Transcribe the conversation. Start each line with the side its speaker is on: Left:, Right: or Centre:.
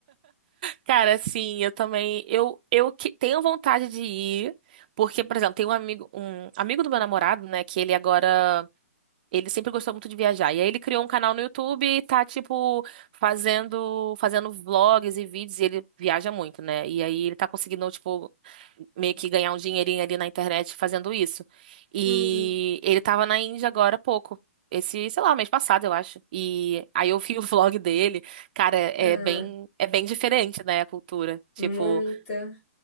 Right: Cara, assim, eu também, eu, eu que- tenho vontade de ir, porque, por exemplo, tem um amigo, um amigo do meu namorado, né, que ele agora Ele sempre gostou muito de viajar. E aí ele criou um canal no YouTube e tá, tipo, fazendo, fazendo vlogs e vídeos. E ele viaja muito, né? E aí ele tá conseguindo, tipo, meio que ganhar um dinheirinho ali na internet fazendo isso. E
Left: Hum.
Right: ele tava na Índia agora há pouco. Esse, sei lá, mês passado, eu acho. E aí eu vi o <laughs> vlog dele. Cara, é
Left: Ah,
Right: bem, é bem diferente, né, a cultura. Tipo,
Left: muita.